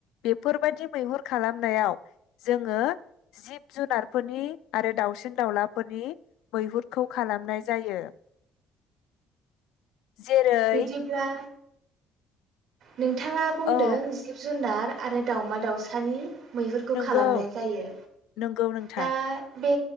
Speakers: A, on the left; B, on the right.
A: बेफोरबायदि मैहुर खालामनायाव जोङो जिब जुनारफोरनि आरो दावसिन दाउलाफोरनि मैहुरखौ खालामनाय जायो। जेरै
B: बिदिब्ला नोंथाङा बुंदों
A: औ
B: जिब जुनार आरो दाावमा दाउसानि मैहुरखौ
A: नंगौ
B: खालामनाय जायो
A: नंगौ नोंथां
B: दा बे